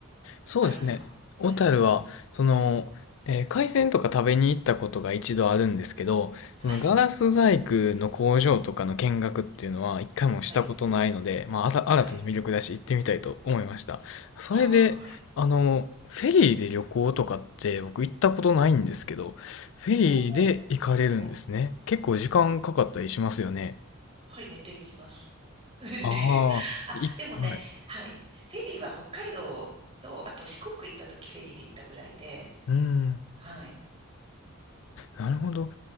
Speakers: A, on the left; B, on the right.
A: そうですね。
B: ありますかはい。
A: 小樽は、その、えー海鮮とか食べに行ったことが一度あるんですけど、
B: はい。
A: そのガラス細工の工場とかの見学っていうのは一回もしたことないので、
B: はい。
A: まあ、あた新たな魅力だし行ってみたいと思いました。
B: はい。
A: それで、
B: ああ、はい。
A: あの、フェリーで旅行とかって僕行ったことないんですけど、フェリーで行かれるんですね。
B: 今後、う
A: 結構時間かかったりしますよね。
B: はい、寝ていきます。<laughs> 寝ていき
A: ああ、
B: あ、
A: い、
B: でもね、
A: はい。
B: はい。フェリーは北海道と、あと四国行った時フェリーで行ったぐらいで、
A: うん、
B: はい。
A: なるほど。